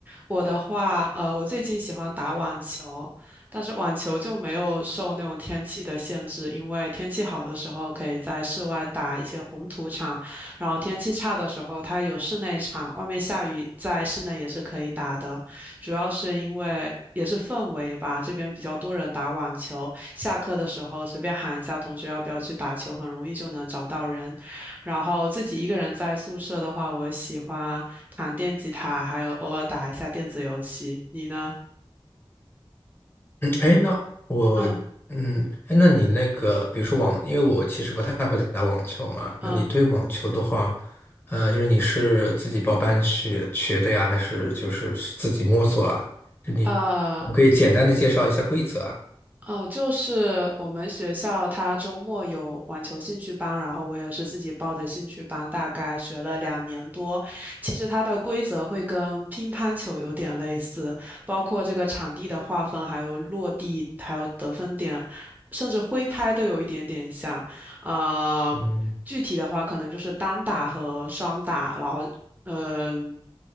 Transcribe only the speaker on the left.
嗯，哎，那我，
嗯，哎，那你那个，比如说网，因为我其实不太会打网球嘛，
那你对网球的话，呃，就是你是自己报班学学的呀，还是就是自己摸索啊？就你，
我可以简单的介绍一下规则啊。
嗯